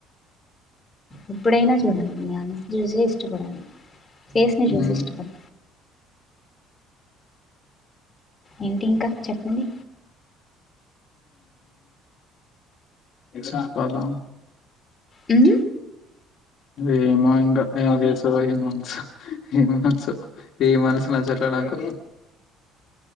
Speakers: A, on the left; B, on the left.
A: ఎప్పుడైనా చూడండి మనసు చూసి ఇష్టపడండి పేస్ ని చూసి
B: మ్మ్
A: ఇష్టపడ్ ఏంటి ఇంకా చెప్పండి
B: చెప్పాల
A: మ్
B: ఏమో ఇంగ ఏం రిల్సొ ఏ మనసు ఏ మనసు ఏ మనసునచ్చట్లే నాకు